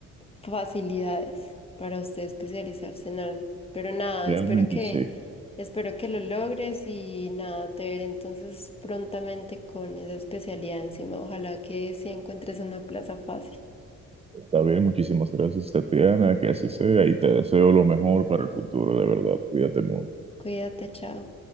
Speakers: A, on the left; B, on the right.
A: facilidades para usted especializarse en algo. Pero nada,
B: Realmente
A: espero que,
B: sí.
A: espero que lo logres y nada, te veré entonces prontamente con esa especialidad encima. Ojalá que sí encuentres una plaza fácil.
B: Está bien, muchísimas gracias, Tatiana, que así sea y te deseo lo mejor para el futuro, de verdad. Cuídate mucho.
A: Cuídate, chao.